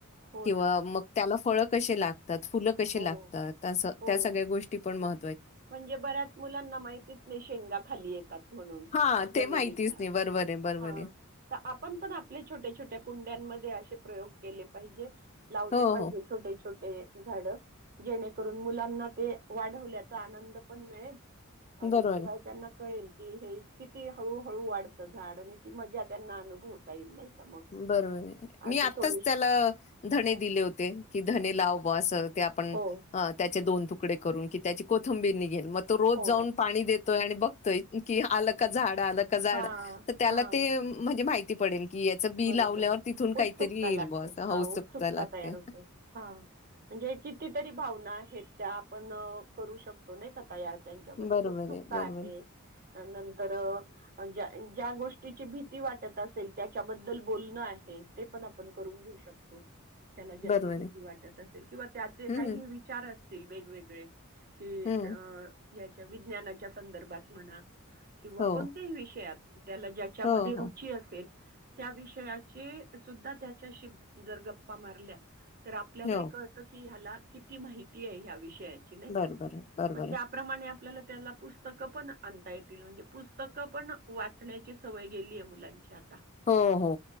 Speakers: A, on the right; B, on the left.
A: हो
B: किंवा
A: ना.
B: म त्याला फळं कसे लाग फुलं कशी
A: हो,
B: लागतात
A: हो.
B: त्या सगळ्या गोष्टी पण मह
A: म्हणजे बऱ्याच मुलांना माहितीच नाही शेंगा खाली येतात म्हणून
B: हां, ते
A: जमिनीच्या
B: माहितीच नाही. बरोबर आहे, बरोबर
A: हा
B: आहे.
A: तर आपण पण आपल्या छोट्या छोट्या कुंड्यांमध्ये असे प्रयोग केले पाहिजे लावले
B: हो,
A: पाहिजे
B: हो.
A: छोटे छोटे झाड जेणे मुलाना ते वाढवल्या आनंद पण मिळेल आणि
B: बरोबर
A: शिवाय
B: आहे.
A: त्यांना कळेल कि हे किती हळूहळू वाढतं झाड आणि ती मजा त्यांना अनुभवता येईल नाही का मग
B: बरोबर मी
A: असं
B: आत्ताच
A: थोडीशी
B: त्याला धणे
A: हं.
B: दिले होते की धणे लाव ब अस ते आपण
A: हो
B: त्याचे दोन तुकडे करून कि त्याची कोथंबीर नि मग तो रोज
A: हो
B: जाऊन पाणी देत य आणि बघतोय की आल झाड आलं झाड
A: हां
B: त्याला
A: हां
B: ते म्हणजे माहिती पडेन की याचं बी
A: बरोबर
B: लावल्यावर तिथून काहीतरी
A: उत्सुकता
B: येईल
A: लागते
B: बुवा असं
A: हा उत्सुकता
B: लागते.
A: तयार होते हा म्हणजे कितीतरी भावना आहेत त्या आपण करू शकतो नाही कता यात त्यांच्यामध्ये
B: बरोबर
A: उत्सुकता
B: बरोबर,
A: आहे नंतर ज्या गोष्टीची भीती वाटत असेल त्या बद्ल बण आहे ते पण आपण करून घेऊ शकतो त्याला ज्याची
B: बरोबर
A: भीती
B: आहे.
A: वाटत असेल किंवा त्याचे
B: हं,
A: काही विचार अस तील वेगवेगळे हि
B: हं.
A: अ याच्या विज्ञानाच्या संदर्भात म्हणा किंवा
B: हो,
A: कोणत्याही विषयात त्याला ज्याच्यामध्ये
B: हो,
A: रुची
B: हो,
A: असेल त्या विषयाचे सुद्धा त्याच्याशी जर गप्पा मारल्या तर आपल्याला
B: हो.
A: कळतं की ह्याला किती माहिती आहे हविषयी
B: बरोबर आहे, बरोबर
A: <inaudible> आपल्याला
B: आहे.
A: त्याला पुस्तकं पण आणता येतील म्हणजे पुस्तकं पण वाचण्याची सवय गेली आहे मुलांची आता
B: हो हो